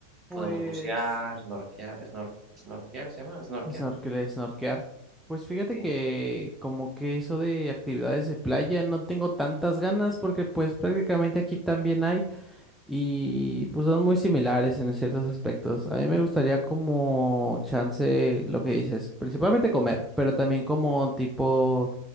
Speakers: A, in the centre; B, on the right (about 25°).
A: Pues,
B: podemos bucear, snorkear, snor- snorkear, ¿se llama? Snorkear,
A: snorkel, snorkear. Pues fíjate
B: sí.
A: que como que eso de actividades de playa no tengo tantas ganas porque pues prácticamente aquí también hay y pues son muy similares en ciertos aspectos. A mí me gustaría como chance lo que dices, principalmente comer, pero también como tipo